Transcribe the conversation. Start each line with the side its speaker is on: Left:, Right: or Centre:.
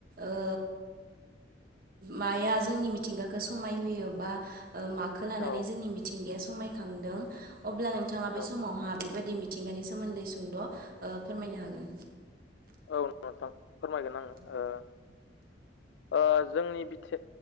Right: ओ माया जोंनि मिथिंगाखौ समाय होयो बा ओ माखौ लानानै
Left: औ
Right: जोंनि मिथिंगाया समायखांदों अब्ला नोंथाङा
Left: औ
Right: बे समावहाय बेबायदि मिथिंगानि सोमोन्दै सुंद'ओ फोरमायनो हागोन?
Left: औ नोंथां फोरमायगोन आङो ओ ओ जोंनि बिथि